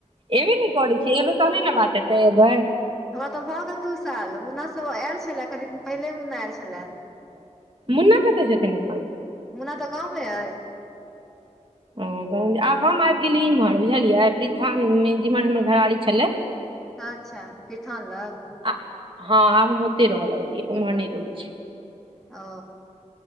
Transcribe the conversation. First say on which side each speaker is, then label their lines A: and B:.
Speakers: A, on the right; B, in the centre.
A: एबे ने करै छ एबै तहने ने बात हेतै एबै
B: हमरा तऽ भऽ गेल दू साल मुन्ना सभ ओ आयल छलए कनि दिन पहिले मुन्ना आयल छलए
A: मुन्ना कतऽ छथिन एखन
B: मुना तऽ गाँवमे अइ
A: ओ ग आब हम आबि गेली इमहर बुझलियै प्रीथामे जेमहर हमर घरारी छले
B: अच्छा फर ठान लगाउ
A: आ हँ आब हम ओते रहय लगलियै उम्हर नइ रहै छियै
B: ओ